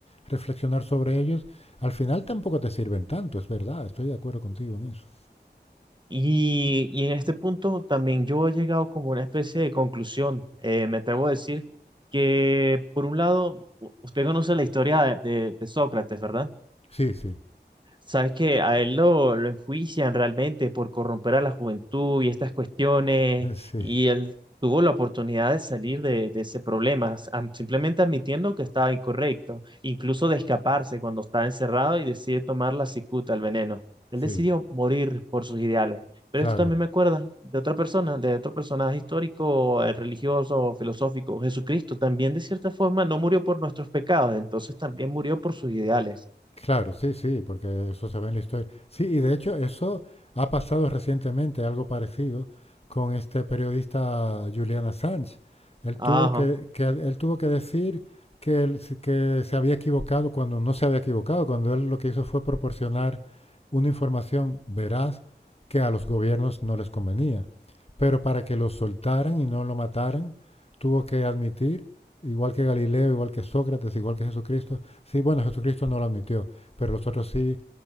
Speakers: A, on the left; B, on the right.
A: reflexionar sobre ellos, al final tampoco te sirven tanto, es verdad, estoy de acuerdo contigo en eso.
B: Y, y en este punto también yo he llegado como a una especie de conclusión. Eh, me atrevo a decir que, por un lado, u- usted conoce la historia de, de- de Sócrates, ¿verdad?
A: Sí, sí,
B: Sabes que a él lo, lo enjuician realmente por corromper a la juventud y estas cuestiones,
A: <laughs>
B: y
A: sí,
B: él tuvo la oportunidad de salir de, de ese problema, s- am- simplemente admitiendo que estaba incorrecto, incluso de escaparse cuando estaba encerrado y decide tomar la cicuta, el veneno. Él
A: sí,
B: decidió morir por sus ideales. Pero
A: claro.
B: esto también me acuerda de otra persona, de otro personaje histórico, eh, religioso, filosófico. Jesucristo también, de cierta forma, no murió por nuestros pecados, entonces también murió por sus ideales.
A: Claro, sí, sí, porque eso se ve en la historia. Sí, y de hecho eso ha pasado recientemente, algo parecido, con este periodista Julian Assange. Él tuvo
B: Ajá.
A: que, que- él tuvo que decir que, él se- que se había equivocado cuando no se había equivocado, cuando él lo que hizo fue proporcionar una información veraz que a los gobiernos no les convenía. Pero para que lo soltaran y no lo mataran, tuvo que admitir, igual que Galileo, igual que Sócrates, igual que Jesucristo, sí, bueno, Jesucristo no lo admitió, pero los otros sí